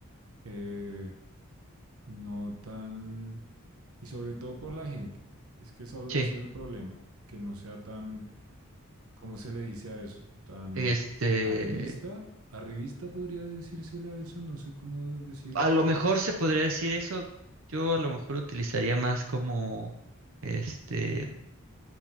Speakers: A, on the right; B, on the right.
A: eh, no tan, y sobre todo por la gente. Es que eso-
B: sí.
A: ese es el problema, que no sea tan, ¿cómo se le dice a eso? Tan
B: Este.
A: arribista, arribista podría decírsele a eso, no sé cómo decirlo.
B: A lo mejor se podría decir eso. Yo a lo mejor utilizaría más como, este,